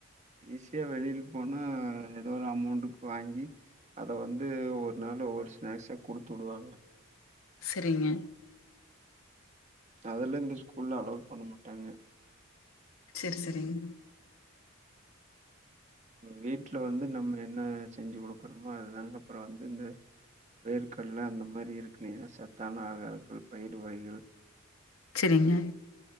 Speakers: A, on the right (about 30°); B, on the left (about 70°).
A: ஈஸியா வெளில போனா ஏதோ ஒரு அமௌண்ட்டுக்கு வாங்கி அத வந்து ஒவ்வொரு நாள் ஒவ்வொரு ஸ்நாக்ஸ்சா குடுத்து விடுவாங்க
B: செரிங்க
A: அதெல்லா இந்த ஸ்கூல்ல அலோட் பண்ண மாட்டாங்க
B: செரி செரிங்
A: வீட்ல வந்து நம்ம என்ன செஞ்சு குடுக்குறோமோ அதுதாங்க அப்றோ வந்து இந்த வேர்க்கடல அந்த மாரி இருக்குல்லியா சத்தான ஆகாரங்கள் பயிர் வகைகள்
B: செரிங்க